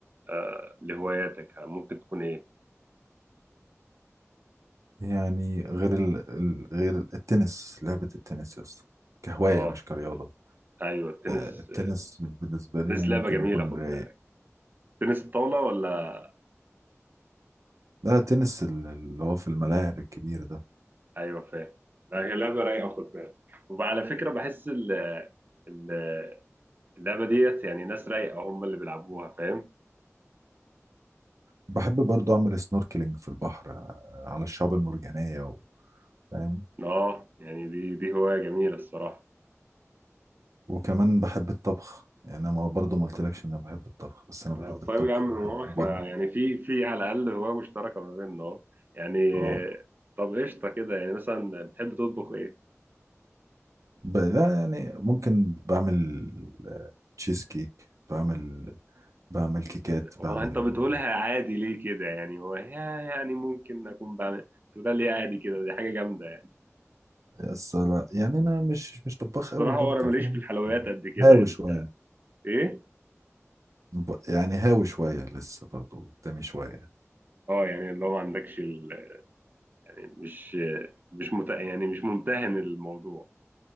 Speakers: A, on the right; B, on the right.
A: آه لهواياتك ممكن تكون ايه
B: يعني غير ال... ال- غير ال- التنس لعبه التنس يا اسطى كهوايه
A: اه
B: مش كرياضه
A: ايوه التنس
B: آه، التنس بالنسبه
A: التنس
B: لي ممكن
A: لعبه جميله
B: يكون
A: خد
B: رايق
A: بالك تنس الطاوله ولا
B: لا تنس ال- اللي هو في الملاعب الكبير ده
A: ايوه فاهم لعبه رايقه خد بالك وعلى فكره بحس ال ال- اللعبه ديت يعني ناس رايقه هم اللي بيلعبوها فاهم
B: بحب برضو أعمل سنوركلينج في البحر آه، على الشعاب المرجانية و- فاهم
A: اه يعني دي دي هوايه جميله الصراحه
B: وكمان بحب الطبخ يعني أنا ما برضو ما قلتلكش إن أنا بحب الطبخ بس أنا بحب
A: آه،
B: الطبخ
A: طيب يا عم
B: وبحب
A: ما هو احنا
B: بعمل
A: يعني في في على الاقل هوايه مشتركه ما بيننا اهو يعني
B: اه
A: طب قشطه كده يعني مثلا بتحب تطبخ ايه؟
B: ب... لا يعني ممكن بعمل تشيز كيك بعمل بعمل كيكات
A: هو
B: بعمل
A: انت بتقولها عادي ليه كده يعني هو يا- يعني ممكن اكون بعمل تقولها ليه عادي كده دي حاجه جامده يعني
B: بس لا يعني أنا مش مش طباخ
A: الصراحه
B: قوي برضو
A: هو انا ماليش
B: فاهم
A: في الحلويات قد كده
B: هاوي
A: يعني
B: شوية
A: ايه؟
B: ب... يعني هاوي شوية لسه برضو قدامي شوية
A: اه يعني اللي هو ما عندكش ال... يعني مش مش مت... يعني مش ممتهن الموضوع